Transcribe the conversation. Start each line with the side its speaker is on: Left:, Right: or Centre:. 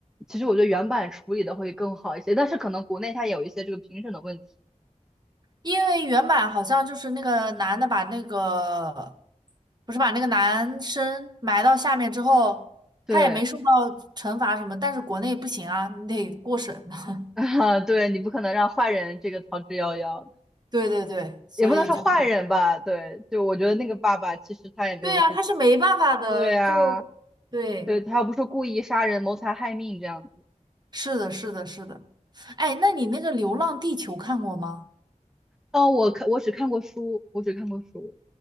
Centre: 其实我觉得原版处理的会更好一些，但是可能国内它有一些这个评审的问题。
Right: 因为原版好像就是那个男的把那个，不是把那个男生埋到下面之后，
Centre: 对。
Right: 他也没受到惩罚什么，但是国内不行啊，你得过审的。<laughs>
Centre: <laughs> 啊，对你不可能让坏人这个逃之夭夭的，
Right: 对对对，所以就是，
Centre: 也不能说坏人吧，对，就我觉得那个爸爸其实他也没有说，
Right: 对呀，他是没办法的，
Centre: 对啊，
Right: 就对，
Centre: 对他又不是故意杀人、谋财害命这样子。
Right: 是的，是的，是的。哎，那你那个《流浪地球》看过吗？
Centre: 哦，我看我只看过书，我只看过书，